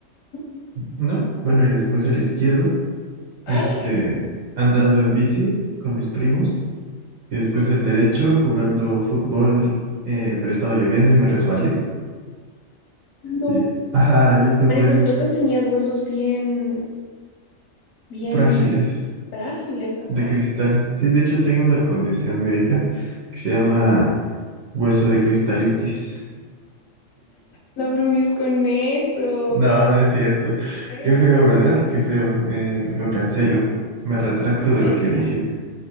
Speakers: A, on the left; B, on the right.
A: Ujú.
B: ¿no? Bueno, y después el izquierdo, este,
A: A la gran-
B: andando en bici con mis primos. Y
A: ujú.
B: después el derecho, jugando fútbol, eh, pero estaba lloviendo y me resbalé.
A: No.
B: Y, ajá, y eso
A: Juani,
B: fue
A: pero
B: en
A: entonces tenías huesos bien, bien
B: frágiles
A: frágiles, ajá.
B: de cristal. Sí, de hecho tengo una condición médica que se llama hueso de cristalitis.
A: No bromees con eso,
B: No,
A: Juan.
B: no es cierto.
A: Sí.
B: Qué feo, ¿verdad? Qué feo. Me, lo cancelo. Me retracto
A: Ay,
B: de lo que dije.